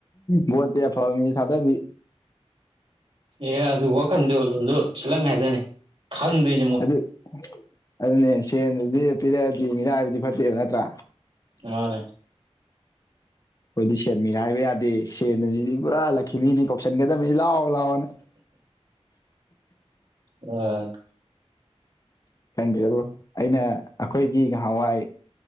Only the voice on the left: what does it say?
ꯚꯣꯠꯇꯤ ꯑꯐꯕ ꯃꯤ ꯊꯥꯗꯕꯤ
ꯑꯗꯨ ꯑꯗꯨꯅꯦ ꯁꯦꯟꯗꯨꯗꯤ ꯄꯤꯔꯛꯑꯗꯤ ꯃꯤꯔꯥꯏꯕꯗꯤ ꯐꯠꯇꯦꯕ ꯅꯠꯇ꯭ꯔꯥ
ꯑꯩꯈꯣꯏꯗꯤ ꯁꯦꯟ ꯃꯤꯔꯥꯏꯕ ꯌꯥꯗꯦ ꯁꯦꯟꯑꯁꯤꯗꯤ ꯄꯨꯔꯥ ꯂꯛꯈꯤꯃꯤꯅꯤ ꯀꯧꯁꯟꯒꯗꯕꯅꯤ ꯂꯥꯎ ꯂꯥꯛꯑꯣꯅ
ꯈꯪꯗꯦꯕꯣ ꯑꯩꯅ ꯑꯩꯈꯣꯏꯒꯤ ꯉꯍꯥꯟꯋꯥꯏ